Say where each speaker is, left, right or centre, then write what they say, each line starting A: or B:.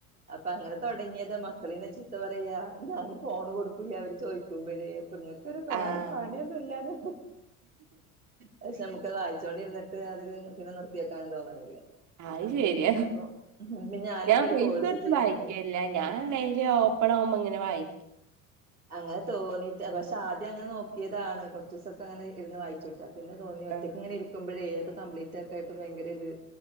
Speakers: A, on the right; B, on the right.
A: അപ്പൊ അങ്ങനെ തൊടങ്ങിയതാ മക്കളിന്നെ ചീത്ത പറയാ ഞാന് ഫോണ് കൊടുക്കുല്ല അവര് ചോദിക്കുമ്പഴേ പ്പ <inaudible> വേറ
B: ആഹ്
A: പണിയൊന്നും ഇല്ലന്ന് പക്ഷെ നമുക്ക് വായിച്ചോണ്ടിരുന്നിട്ട് അത് പിന്നെ നിർ‌തിയോക്കാനും തോന്ണില്ല
B: അത് ശരിയാ
A: പിന്നപ്പോ ഉം ഞാനിപ്പൊരു
B: ഞാൻ പേസ്
A: കോഴ്സ്
B: കൊടുത്ത്
A: ചെയ്യണ്ണ്ട്
B: വായിക്കലില്ല ഞാൻ ഡെയിലി ഓപ്പണാവുമ്പോ ഇങ്ങനെ വായി
A: അങ്ങനെ തോന്നിട്ട് പക്ഷെ ആദ്യം അങ്ങനെ നോക്കിയതാണ് കുറച്ചു സൊക്കെ അങ്ങനെ ഇരുന്ന് വായിച്ചുട്ടോ പിന്നെ തോന്നി ഒറ്റയ്ക്ക്
B: ആഹ്
A: ഇങ്ങനെ ഇരിക്കുമ്പഴെ അത് കംപ്ലീറ്റ് ആക്കായിട്ട് ഭയങ്കര ര്